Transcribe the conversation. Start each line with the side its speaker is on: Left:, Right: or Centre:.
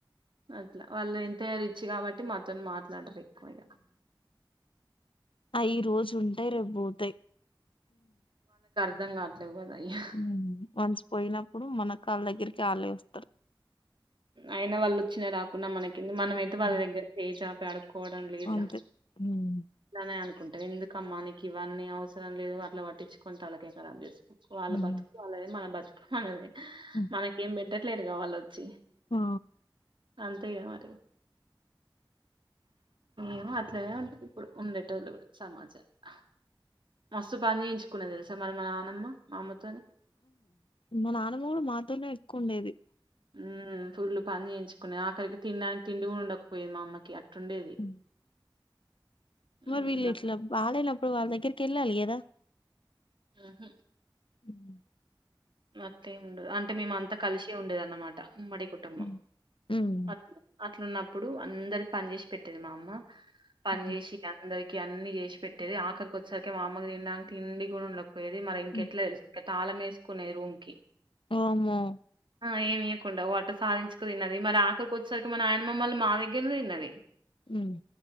Right: అట్లా వాళ్ళు ఎంతయినా రిచ్చి కాబట్టి మాతోని మాట్లాడరు ఎక్కువగా.
Left: అయి ఈరోజు ఉంటయి, రేపు పోతయి.
Right: అర్ధం కావట్లేవు కదా అయ్యా.
Left: ఉమ్. వన్స్ పోయినప్పుడు మన కాళ్ళ దగ్గరికి ఆళ్ళే వస్తరు.
Right: అయినా వాళ్ళు వచ్చినా రాకున్నా మనకేంది మనమైతే వాళ్ళ
Left: ఉమ్,
Right: దగ్గర చేయి చాపి అడు కోవడం లేదుగా
Left: అంతే ఉమ్,
Right: అట్లనే అనుకుం టం ఎందుకమ్మా నీకు ఇవన్నీ అవసరం లేదు అట్లా పట్టించుకోని తలకాయ్ కరాబ్ చేసు వాళ్ళ
Left: ఉమ్,
Right: బతుకు వాళ్ళదే మన బతుకు మనదే
Left: ఉమ్.
Right: మనకేం పెట్టట్లేదుగా వాళ్ళు వచ్చి
Left: ఆ
Right: అంతేగ మరి ఏమో అట్లేనే ఉంటారు ఇప్పుడు ఉండేటొల్లు సమాజమం లో మస్తు పని చేయించుకున్నది తెలుసా మరి మా నాన్నమ్మ మా అమ్మ తొ
Left: మా నానమ్మ కూడా మాతోనే ఎక్కువ ఉండేది
Right: మ్మ్ పూల్ పని చేయించుకోని ఆఖరికి తినడానికి తిండి కూడా ఉండకపోయేది మా అమ్మకి అట్టుండేది
Left: ఉమ్. మరి
Right: ఉమ్
Left: వీళ్ళు ఇట్లా బాగలేనప్పుడు వాళ్ళ దగ్గరికి వెళ్ళాలి కదా
Right: ఆహ
Left: ఉమ్,
Right: అట్లెం ఉండదు అంటే మేమ అంతా కలిసే ఉండేదన్నమాట ఉమ్మడి కుటుంబం
Left: ఉమ్, ఉమ్,
Right: అట్ అట్లున్నప్పుడు అందరికి పని చేసి పెట్టేది మా అమ్మ పని
Left: ఉమ్,
Right: చేసి అందరికి కీ అన్ని చేసి పెట్టేది ఆఖరికి వచ్చెసరికి మా అమ్మ తినడానికి తిండి కూడా ఉండకపోయేది మరి ఇంకెట్లా
Left: ఉమ్.
Right: చే తాళం ఏసుకునేది రూమ్ కి
Left: వామ్మో
Right: ఆ ఏమి ఇయ్యకుండా అట్ట సాధించుకు తిన్నది మరి ఆఖరికి వచ్చేసరికి మా నాయనమ్మ మళ్ళీ మా దగ్గరే తిన్నది
Left: ఉమ్.